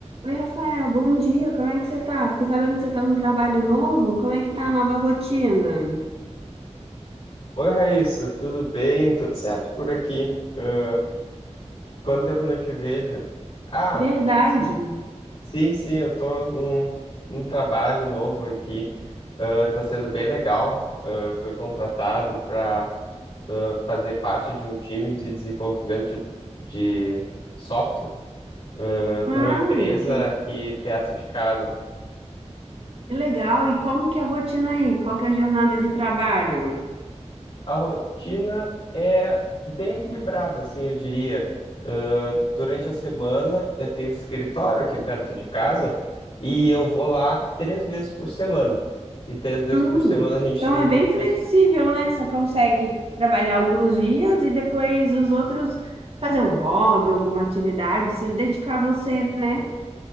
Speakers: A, on the right; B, on the left.
A: Oi, Rafael, bom dia, como é que você tá? Fiquei sabendo que você tá num trabalho novo, como é que tá a nova rotina?
B: Oi, Raíssa, tudo bem? Tudo certo por aqui? Ah, quanto tempo não te vejo? Ah,
A: Verdade.
B: sim, sim, sim, eu tô num, num trabalho novo aqui. Ah, tá sendo bem legal. Ah, eu fui contratado para fazer parte de um time de desenvolvimento de, de software, ah,
A: Ai,
B: numa empresa
A: que,
B: aqui perto de casa.
A: que legal. E como que é a rotina aí? Qual que é a jornada de trabalho?
B: A rotina é bem equilibrada, assim, eu diria. Ah, durante a semana, eu tenho um escritório aqui perto de casa e eu vou lá três vezes por semana. E três vezes
A: Hum,
B: por semana a gente
A: então
B: tem
A: é
B: reuniões.
A: bem flexível, né? Você consegue trabalhar alguns dias e depois os outros fazer um hobby, alguma atividade, se dedicar a você, né?